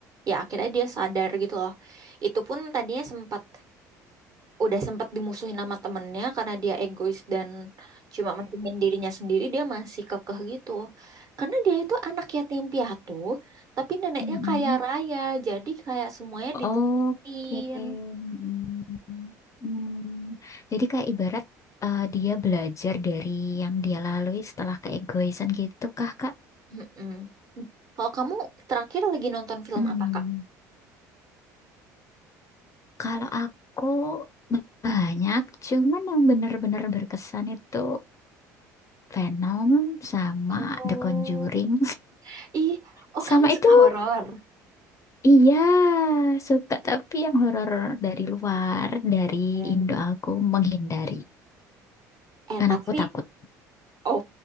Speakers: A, on the right; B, on the left.
A: ya akhirnya dia sadar gitu loh. Itu pun tadinya sempat udah sempat dimusuhin sama temennya karena dia egois dan cuma mentingin dirinya sendiri, dia masih kekeh gitu. Karena dia itu anak yatim piatu, tapi neneknya
B: Mm-mm.
A: kaya raya, jadi kayak semuanya
B: Oke.
A: diturutin.
B: Mm-mm. Mm. Jadi kayak ibarat eh, dia belajar dari yang dia lalui setelah keegoisan gitu kah, Kak?
A: Mm-mm. Kalau kamu terakhir lagi nonton film
B: Hmm.
A: apa, Kak?
B: Kalau aku Banyak, cuman yang bener-bener berkesan itu Venom sama
A: Oh,
B: The Conjuring.
A: Ih, oh
B: <laughs> Sama
A: kamu
B: itu,
A: suka horor.
B: iya, suka tapi yang horor dari luar, dari
A: Hmm.
B: Indo aku menghindari.
A: Eh,
B: Karena
A: tapi
B: aku takut.
A: oh